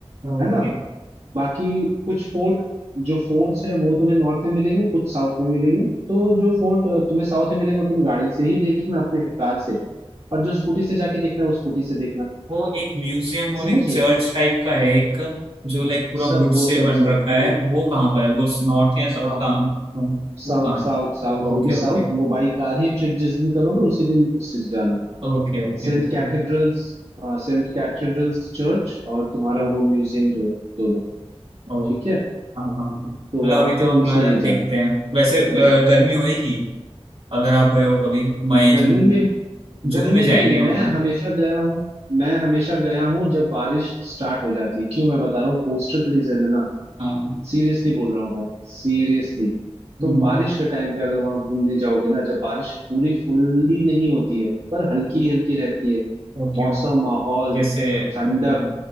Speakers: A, on the right; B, on the right.
A: okay
B: है ना बाकी कुछ फोर्ट जो फोर्ट्स हैं वो तुम्हें नॉर्थ में मिलेंगे कुछ साउथ में मिलेंगे तो जो फोर्ट अ, तुम्हें साउथ में मिलेंगे वो तुम गाड़ी से ही देखना अपने कार से और जो स्कूटी से जाके देखना है वो स्कूटी से देखना
A: वो एक म्यूजियम और
B: समझ
A: एक चर्च
B: रहे हो?
A: टाइप का है एक जो लाइक पूरा
B: सब
A: वुड
B: वो
A: से
B: सब
A: बन
B: सब
A: रखा
B: वो
A: है वो कहाँ पर है वो नॉर्थ या साउथ
B: हाँ
A: का
B: साउथ
A: वो कहाँ
B: साउथ
A: है
B: साउथ
A: Okay
B: वो भी साउथ
A: okay
B: वो बाई कार ही ट्रिप जिस दिन करोगे उसी दिन उससे जाना
A: okay okay
B: सेंट
A: okay
B: कैथेड्रल्स हाँ सेंट कैथेड्रल्स चर्च और तुम्हारा
A: okay
B: वो म्यूजियम जो है दोनों
A: ओ
B: ठीक है
A: हाँ हाँ मतलब
B: तो वहां
A: अभी तो
B: पे
A: हम
B: उनसे
A: लोग
B: ये
A: देखते
B: जाना
A: हैं वैसे अ,
B: हम्म।
A: गर्मी होएगी अगर आप गए हो कभी मई
B: गर्मी
A: जून
B: में गर्मी
A: जून में जाएंगे
B: में नहीं
A: हम
B: मैं
A: लोग
B: हमेशा गया हूँ मैं हमेशा गया हूँ जब बारिश स्टार्ट हो जाती है क्यों मैं बता रहा हूँ कोस्टल रीजन है ना
A: हाँ
B: सीरियसली बोल रहा हूँ भाई सीरियसली तुम
A: हम्म,
B: बारिश के टाइम पे अगर वहां घूमने जाओगे ना जब बारिश पूरी फुल्ली नहीं होती है पर हल्की हल्की रहती है
A: ओके
B: मौसम
A: ओके
B: माहौल
A: जैसे
B: ठंडक
A: अपना